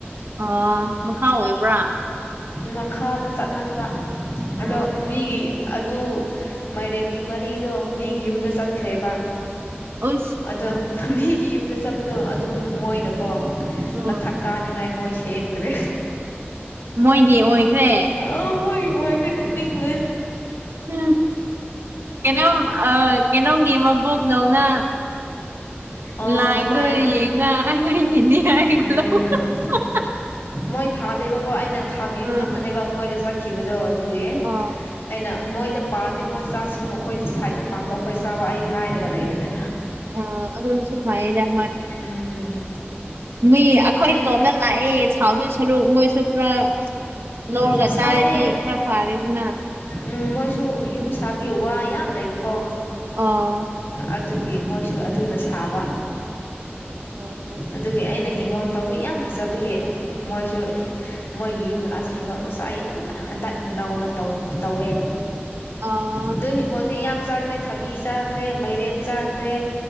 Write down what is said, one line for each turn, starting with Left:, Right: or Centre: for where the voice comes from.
Right: ꯑꯥ ꯃꯈꯥ ꯑꯣꯏꯕ꯭ꯔꯥ
Left: ꯃꯈꯥꯗ ꯆꯠꯍꯟꯕ ꯑꯗꯣ
Right: ꯑ
Left: ꯃꯤꯒꯤ ꯑꯗꯨ ꯃꯥꯏꯔꯦꯟꯒꯤ ꯃꯔꯤꯗꯣ ꯃꯤꯒꯤ ꯌꯨꯝꯗ ꯆꯠꯈ꯭ꯔꯦꯕ
Right: ꯑꯁ
Left: ꯑꯗꯣ ꯃꯤꯒꯤ ꯌꯨꯝꯗ ꯆꯠꯄꯗꯣ ꯑꯗꯨꯝ ꯃꯣꯏꯅꯀꯣ
Right: ꯎꯝ
Left: ꯃꯊꯛ ꯀꯥꯅꯤꯡꯉꯥꯏ ꯃꯣꯏꯁꯦ ꯍꯦꯝꯈ꯭ꯔꯦ
Right: ꯃꯣꯏꯒꯤ ꯑꯣꯏꯈ꯭ꯔꯦ
Left: ꯑꯥ ꯃꯣꯏꯒꯤ ꯑꯣꯏꯈ꯭ꯔꯦ ꯅꯣꯛꯅꯤꯡꯂꯦ
Right: ꯎꯝ ꯀꯩꯅꯣꯝ ꯑꯥ ꯀꯩꯅꯣꯝꯒꯤ ꯃꯕꯣꯛꯗꯧꯅ
Left: ꯑꯣ
Right: ꯂꯥꯏꯟꯗꯣ
Left: ꯑꯗꯨꯃꯥꯏꯅ
Right: ꯌꯦꯡꯉ ꯑꯩꯉꯣꯏꯅꯤꯅꯦ ꯍꯥꯏ
Left: ꯎꯝ
Right: ꯂꯧ <unintelligible>
Left: ꯃꯣꯏ ꯊꯥꯗꯦꯕꯀꯣ ꯑꯩꯅ ꯊꯕꯤꯕ
Right: ꯑꯥ
Left: ꯉꯥꯛꯇꯅꯦꯕ ꯃꯣꯏꯗ ꯆꯠꯈꯤꯕꯗꯣ ꯑꯗꯨꯒꯤ
Right: ꯑꯥ
Left: ꯑꯩꯅ ꯃꯣꯏꯗ ꯄꯥꯜꯗꯤ ꯃꯣꯏ ꯆꯥꯁꯤꯅꯨ ꯑꯩꯈꯣꯏꯗ ꯁꯥꯏꯠꯇ ꯄꯥꯟꯕ ꯑꯩꯈꯣꯏ ꯆꯥꯕ ꯑꯩ ꯍꯥꯏꯔꯒ ꯂꯩꯕꯅꯦ
Right: ꯑ ꯑꯗꯨꯝꯁꯨ ꯐꯌꯦꯗ ꯃꯣꯏ꯫
Left: ꯎꯝ
Right: ꯃꯤ ꯑꯩꯈꯣꯏ
Left: ꯑꯩ
Right: ꯂꯣꯝꯅ ꯂꯥꯛꯑꯦ ꯁꯥꯎꯗꯣꯏ ꯁꯔꯨꯛ ꯃꯣꯏꯁꯨ ꯈꯔꯥ ꯂꯧꯔꯒ
Left: ꯎꯝ ꯁꯥꯎꯗꯦ
Right: ꯆꯥꯏꯔꯗꯤ ꯈꯔ ꯐꯔꯦꯗꯅ
Left: ꯎꯝ ꯃꯣꯏꯁꯨ ꯌꯨꯝ ꯁꯥꯕꯒꯤ ꯋꯥ ꯌꯥꯝ ꯂꯩꯕꯀꯣ
Right: ꯑꯥ
Left: ꯑꯗꯨꯒꯤ ꯃꯣꯏꯁꯨ ꯑꯗꯨꯅ ꯁꯥꯕ
Right: ꯑꯥ
Left: ꯑꯗꯨꯒꯤ ꯑꯩꯅ ꯍꯤꯡꯒꯣꯜ ꯇꯧꯕꯤ ꯌꯥꯝ ꯐꯖꯕꯒꯤ ꯃꯣꯏꯁꯨ ꯃꯣꯏꯒꯤ ꯌꯨꯝ ꯃꯅꯥꯁꯨ ꯍꯤꯡꯒꯣꯜ ꯃꯆꯥ ꯌꯥꯝꯅ ꯍꯟꯗꯛ ꯅꯧꯅ ꯇꯧ ꯇꯧꯋꯦ
Right: ꯑꯥ
Left: ꯑꯗꯨ ꯍꯤꯡꯒꯣꯜꯗꯤ ꯌꯥꯝ ꯆꯜꯔꯤ ꯊꯥꯕꯤ ꯆꯥꯈ꯭ꯔꯦ ꯃꯥꯏꯔꯦꯟ ꯆꯥꯈ꯭ꯔꯦ